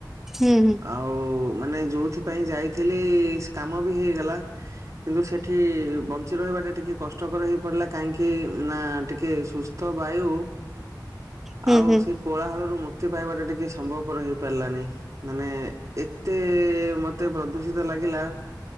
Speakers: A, in the centre; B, on the right.
A: ହୁଁ, ହୁଁ।
B: ଆଉ, ମାନେ ଯୋଉଥିପାଇଁ ଯାଇଥିଲି ସେ କାମ ବି ହେଇଗଲା। କିନ୍ତୁ, ସେଠି ବଞ୍ଚ ରହିବା ଟା ଟିକେ କଷ୍ଟକର ହେଇ ପଡିଲା। କାହିଁକି ନା ଟିକେ ସୁସ୍ଥ ବାୟୁ
A: ହୁଁ
B: ଆଉ
A: ହୁଁ
B: ସେ କୋଳାହଳରୁ ମୁକ୍ତି ପାଇବାଟା ଟିକେ ସମ୍ଭବପର ହେଇପାରିଲାନି। ମାନେ ଏତେ ମତେ ପ୍ରଦୂଷିତ ଲାଗିଲା,